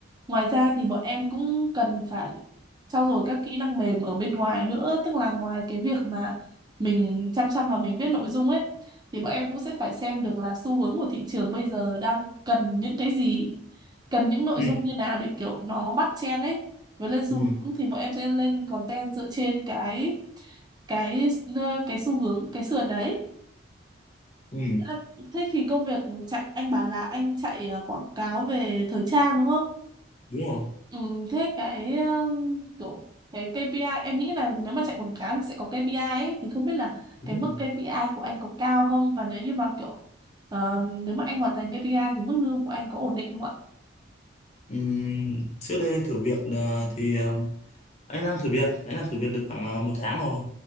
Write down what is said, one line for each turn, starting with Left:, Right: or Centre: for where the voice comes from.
Right: ngoài ra thì bọn em cũng cần phải trau dồi các kỹ năng mềm ở bên ngoài nữa tức là ngoài cái việc mà mình chăm chăm vào mình viết nội dung ấy thì bọn em cũng sẽ phải xem được là xu hướng của thị trường bây giờ đang cần những cái gì cần những nội
Left: ừ
Right: dung như nào để kiểu nó bắt trend ấy với lên xu
Left: ừ
Right: hướng thì bọn em sẽ lên content dựa trên cái cái ờ, cái xu hướng cái sườn đấy
Left: ừ,
Right: Thế là- thế thì công việc chạy anh bảo là anh chạy ờ, quảng cáo về thời trang đúng không
Left: đúng rồi
Right: Ừ, thế cái um, kiểu cái KPI em nghĩ là nếu mà chạy quảng cáo thì sẽ có KPI ấy, thì không biết là
Left: đúng
Right: cái mức
Left: rồi
Right: KPI của anh có cao không và nếu như mà kiểu ờ, nếu mà anh hoàn thành KPI thì mức lương của anh có ổn định không ạ?
Left: Ừm, trước đây anh thử việc ờ, thì ờ, anh đang thử việc anh đang thử việc được khoảng ờ, một tháng rồi